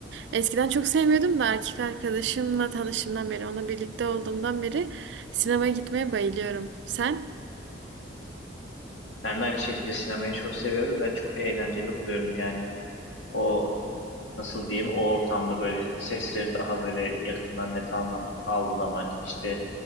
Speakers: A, on the right; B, on the left.
A: eskiden çok sevmiyordum da erkek arkadaşımla tanıştığımdan beri, onunla birlikte olduğumdan beri sinemaya gitmeye bayılıyorum. Sen?
B: Ben de aynı şekilde sinemayı çok seviyorum ve çok eğlenceli buluyorum. Yani o nasıl diyeyim o ortamda böyle sesleri daha böyle yakından net anlam algılamak işte